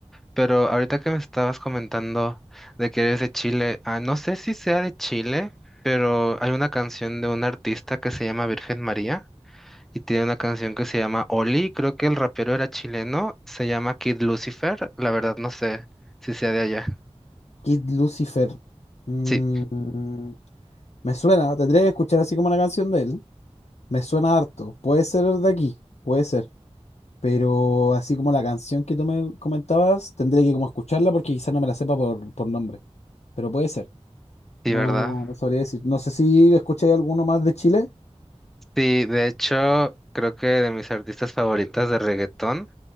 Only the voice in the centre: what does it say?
Pero ahorita que me estabas comentando de que eres de Chile, ah, no sé si sea de Chile, pero hay una canción de un artista que se llama Virgen María y tiene una canción que se llama Oli, creo que el rapero era chileno, se llama Kid Lucifer, la verdad no sé si sea de allá.
Sí,
sí,
¿verdad?
Sí, de hecho, creo que de mis artistas favoritas de reggaetón